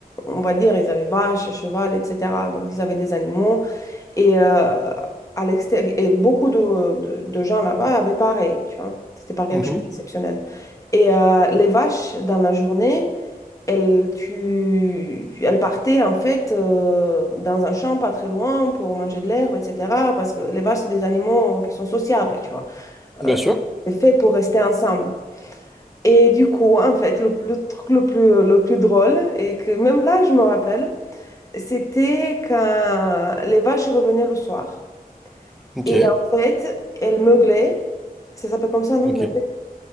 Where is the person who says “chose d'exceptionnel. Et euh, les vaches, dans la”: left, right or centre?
Left